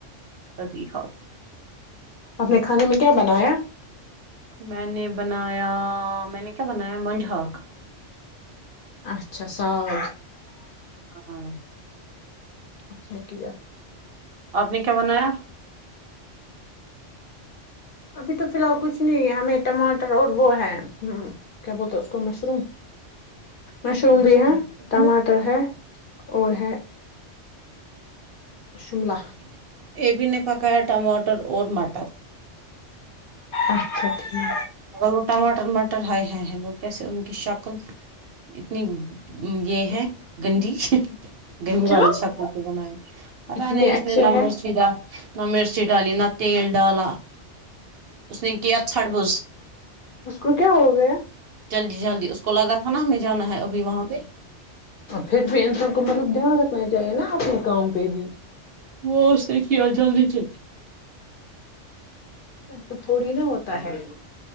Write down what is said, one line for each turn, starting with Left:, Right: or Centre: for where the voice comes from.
Right: صدیحا
Left: اپ نے کھانے میں کیا بنایا
Right: میں نے بنایا میں نے کیا بنایا منج ہق
Left: اچھا ساگ
Right: ہاں ہاں
Left: اچٹ ہے
Right: آپ نے کیا بنایا
Left: ابھی تو فی الحال کچھ ہمیں ٹماٹر اور وہ ہے ہ کیا بولتے ہیں اس اس کو مشروم مشروم
Right: مشہور
Left: بھی ہے ٹماٹر ہے اور ہے شملہ
Right: <inaudible> پکایا ٹماٹر اور مٹر
Left: اچھا ٹھیک
Right: اگر وہ ٹماٹر مٹر ہائے ہ ہے وہ کیسے ان کی شکل اتنی یہ
Left: بری
Right: ہے گنڈی گنڈی
Left: کیوں
Right: والی شکوں تو بنائی پت
Left: اتنے
Right: نہیں اس
Left: اچھے
Right: نے نمر
Left: ہے
Right: سھا نہ مرچ ڈالی نہ تیل ڈالا اس نے ک ھٹ بوز
Left: اس کو کیا ہو گیا
Right: جلدی جلدی اس کو لگا تھا نا ہمیں جانا ہے ابھی وہاں پہ
Left: پھر بھی انسان کو مطلب دھیان رکھنا چاہیے نا اپنے کام پہ بھی
Right: وہ اس نے جلدی چ
Left: ایسا تھوڑی نا ہوتا ہے